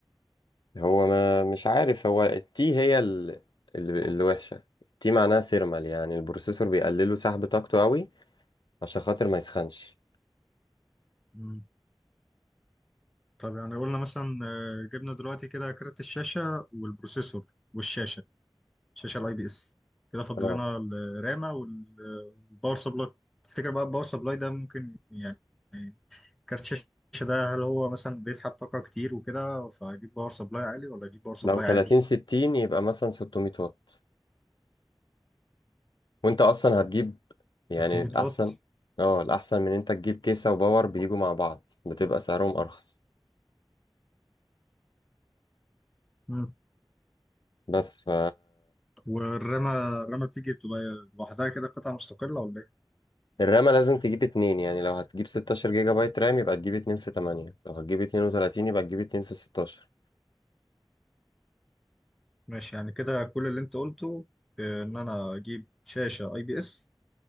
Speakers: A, on the left; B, in the centre.
A: هو ما مش عارف هو التي هي ال- ال- اللي وحشة التي معناها سيرمال يعني البروسيسور بيقللوا سحب طاقته قوي عشان خاطر ما يسخنش
B: مم. طب يعني قلنا مثلا آه، جبنا دلوقتي كده كارت الشاشه والبروسيسور والشاشه الشاشه الاي بي اس كده فاضل
A: اه
B: لنا الرامه والباور سبلاي تفتكر بقى الباور سبلاي ده ممكن يعني كارت الشاشه ده هل هو مثلا بيسحب طاقه كتير وكده فاجيب باور سبلاي عالي ولا اجيب باور سبلاي
A: لو 30
B: عادي
A: 60 يبقى مثلا 600 واط وانت اصلا هتجيب يعني
B: 600
A: الاحسن
B: واط
A: اه الاحسن من انت تجيب كيسة وباور بيجوا مع بعض بتبقى سعرهم ارخص
B: مم.
A: بس ف
B: والرامة الرامة بتيجي بتبقى لوحدها كده قطعة مستقلة ولا ايه؟
A: الرامة لازم تجيب اتنين يعني لو هتجيب 16 جيجا بايت رام يبقى تجيب اتنين في 8 لو هتجيب 32 يبقى تجيب اتنين في 16
B: ماشي يعني كده كل اللي انت قلته آه، ان انا اجيب شاشة اي بي اس